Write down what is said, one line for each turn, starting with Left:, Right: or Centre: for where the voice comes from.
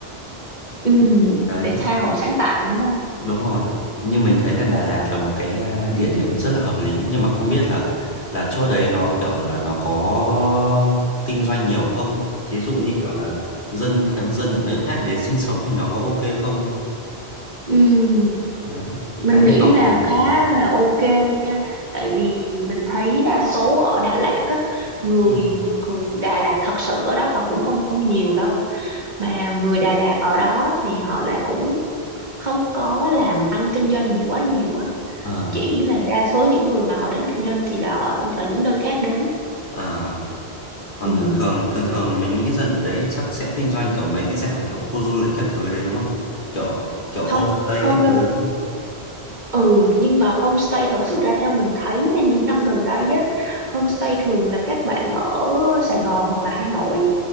Right: Ừ,
Left: đấy
Right: để tha hồ sáng tạo đúng không
Left: Đúng rồi. Nhưng mình thấy là Đà Lạt là một cái à, địa điểm rất là hợp lý nhưng mà không biết là là chỗ đấy nó kiểu là nó có kinh doanh nhiều không ấy. Thí dụ như kiểu là dân dân ở nơi khác đến sinh sống thì nó có ok không ấy.
Right: ừ.
Left: Đấy.
Right: mình
Left: Cái
Right: nghĩ
Left: mình tò mò
Right: là
Left: về
Right: khá
Left: đấy.
Right: là ok nha tại vì mình thấy đa số ở Đà Lạt á người
Left: Ừ.
Right: người Đà Lạt thật sự ở đó họ cũng không không nhiều đâu mà người Đà Lạt ở đó thì họ lại cũng không có làm ăn kinh doanh gì quá nhiều á
Left: Ờ
Right: chỉ là đa số những người mà họ đến kinh doanh thì là ở, ở những nơi khác đến
Left: à còn
Right: ừ.
Left: thường thường thường
Right: thì
Left: thường mình nghĩ dân ở đấy chắc sẽ kinh doanh kiểu mấy cái dạng kiểu khu du lịch các thứ đấy đúng không? Kiểu kiểu
Right: không
Left: homestay
Right: không
Left: các
Right: đâu
Left: thứ đúng không?
Right: ừ nhưng mà homestay thật sự ra theo mình thấy nha, những năm gần đây á homestay thường là các bạn ở Sài Gòn hoặc là Hà Nội